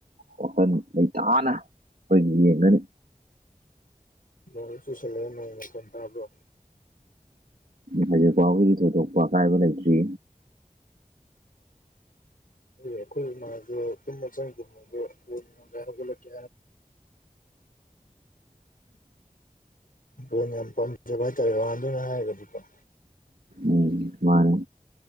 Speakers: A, on the right; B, on the left.
A: ꯋꯥꯈꯜ ꯂꯩꯇꯥꯅ ꯑꯈꯣꯏꯒꯤ ꯌꯦꯡꯒꯅꯤ
B: ꯅꯣꯡꯁꯨ ꯆꯨꯁꯜꯂꯛꯑꯦ ꯅꯣꯏ ꯃꯈꯣꯟ ꯇꯥꯕ꯭ꯔꯣ
A: ꯍꯧꯖꯤꯛ ꯐꯥꯎꯕꯒꯤ ꯊꯣꯏꯗꯣꯛꯄ ꯑꯀꯥꯏꯕ ꯂꯩꯇ꯭ꯔꯤ
B: ꯈꯪꯗꯦ ꯑꯩꯈꯣꯏ ꯏꯃꯥꯖꯨ ꯇꯨꯝꯕ ꯆꯪꯒꯤꯕꯅꯦ ꯑꯗꯣ ꯕꯣꯜ ꯌꯧꯡꯂꯝꯗꯥꯏ ꯍꯧꯒꯠꯂꯛꯀꯦ ꯕꯣꯜ ꯌꯥꯝ ꯄꯥꯝꯖꯕ ꯍꯥꯏꯇꯥꯔꯦ ꯔꯣꯅꯥꯜꯗꯣꯅꯦ ꯍꯥꯏꯔꯒꯗꯤꯀꯣ
A: ꯎꯝ ꯃꯥꯅꯦ